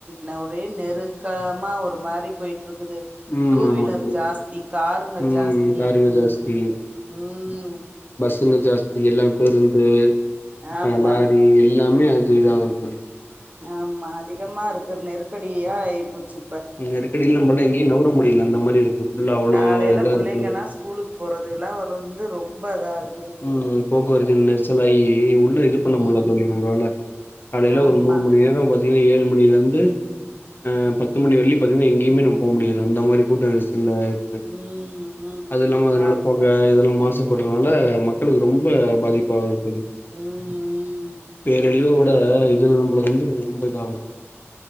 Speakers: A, on the right; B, on the left.
A: ந ஒரே நெரு க்கலமா ஒரு மாரி போயிட் இட்ருக்குது
B: ம்
A: டூவீலர்
B: ஆமா தோழி
A: ஜாஸ்தி காருங்க
B: ம்
A: ஜாஸ்தி
B: காருங்க ஜாஸ்தி
A: ம்
B: ஸ்ங்க ஜாஸ்தி எல்லா பேருந்து
A: ஆமா
B: ஆ லாரி இல்லாமே அது இதாவு தோழி
A: ஆமா அ திகமா இருக்கு நெருக்கடி ப்பிடியா ஆய் போச்சி
B: நெருக்கடியில நம்மல எங்கியு நவுர முடியலா அந்த மாரி இருக்கு ஃபுல்லா அவ்ளோ
A: காலையில
B: இதா
A: பிள்ளைங்க
B: இருக்கு
A: எல்லாம் ஸ்கூலுக்கு போறதுகுகலாம் வரும் வந்து ரொம்ப இதா இருக்
B: ம் போக்குவரத்து நெரிசலாகி உள்ள இது பண்ண
A: ம்
B: முடியல தோழி நம்பளால காலையில
A: ஆமா
B: ஒரு மூணு மணி நேரம் ஏழு மணில இருந்து ஆ பத்து மணி வரையிலும் பாத்தீங்கன்னா எங்கேமே நம்ம போக முடியாது அந்த மாதிரி கூட்டம் ஆயிச் சு
A: ம் ம்
B: அது இல்லாம அதனால
A: ஆமா
B: போக இதெல்லாம் மாச போடுறனால மக்களுக்கு ரொம் ப பாதிப்பாகுது தோழி
A: ம் ம்
B: பேரழிவு விட
A: ஆமா
B: இதுல நம்மளுக்கு வந்து ரொம்ப இதாவுது